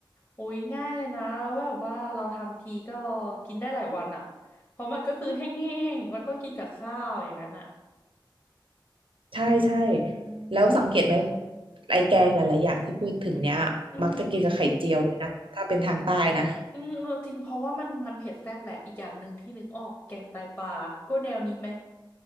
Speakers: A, on the left; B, on the right.
A: อุ้ยง่ายเลยนะแล้วแบบว่าเราทำทีก็กินได้หลายวันอ่ะเพราะมันก็คือแห้งๆแล้วก็กินกับข้าวอย่างนั้นอ่ะ
B: ใช่ใช่
A: อืม
B: แล้วสังเกตไหมไอแกงหลายๆอย่างที่พูดถึงเนี้ยมักจะกินกับไข่เจียวด้วยนะถ้าเป็นทางใต้นะ
A: อืมอืมเออจริงเพราะว่ามันมันเผ็ดแซ่บแหละอีกอย่างหนึ่งที่นึกออกแกงไตปลาก็แนวนี้ไหม